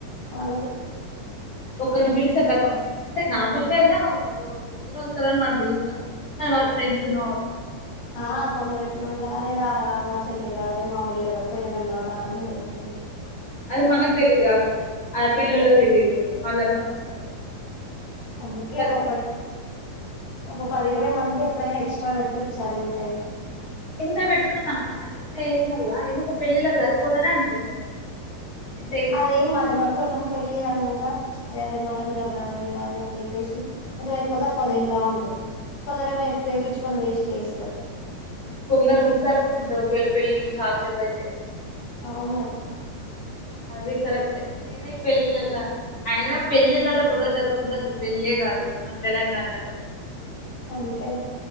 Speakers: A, on the left (about 75°); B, on the left (about 50°).
A: వాళ్ళకి
B: ఒక్కరిని మిలి సా తే కతం అంటే నార్మల్ గా అయినా ఒకక్కరు వస్తారని మనం పిలుస్తాం అ వాళ్ళ ఫ్రెండ్స్ నో
A: ఆ కొందరెట్లాడుండరే రా ఆ మా చెల్లేరారే మా ఉళ్ళరు పోవదడం దారా అనిటి
B: అది మనకు తెలీదు అక్క ఆ పిల్లలకి తెలిదు వాళ్ళంతా మందు వస్తారు
A: అందుకే
B: తె
A: ఒకటి ఒక పది ఇరవై మందికి ఎప్పుడైనా ఎక్స్ట్రా పెట్టి ఇచ్చారు ఎందుకైనా
B: ఎంత పెట్టుకుతాక ఎంత వేసినా కూడా ఎందుకు పెళ్ళిలా సరిపోదనే అనిపిస్తుంది నాకు ఎంత చేసినా
A: అదే
B: కూడా
A: మాటంగా కొంచెం పెళ్ళి అన్నాంక అరే అరే మటన్ కదా ఇ అది అని చెప్పేసి కొంచెం ఎక్కువ తక్కువ తింటా ఉంటారు కొందరేమో ఎకువేపిచ్చ కొని వేస్ట్ చేస్తారు
B: కొందంద స ఉఊర్తంట త వెళ్ళ పెళ్లిిళు చాల సేపు అయితే
A: అవునుమరి
B: అది కరెక్ట్ే అయినా ఈ పెళ్ళిళ్ళలో అయినా పెళ్ళిళ్ళలో కూడా జరుపుకుంటే అసలు పెళ్ళ కాదు మన తెలంగాణలో అసలు
A: అంతేలే